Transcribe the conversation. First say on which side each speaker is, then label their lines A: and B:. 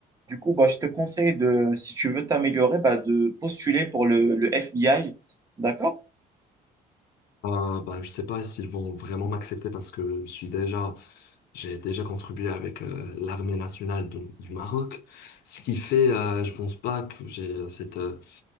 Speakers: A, on the right (about 20°); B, on the left (about 70°).
A: Du coup, bah, je te conseille de, si tu veux t'améliorer, bah, de postuler pour le, le FBI. D'accord?
B: Euh, bah, je sais pas s'ils vont vraiment m'accepter parce que je suis déjà, j'ai déjà contribué avec euh, l'armée nationale de- du Maroc, ce qui fait, euh, je pense pas que j'ai cette euh,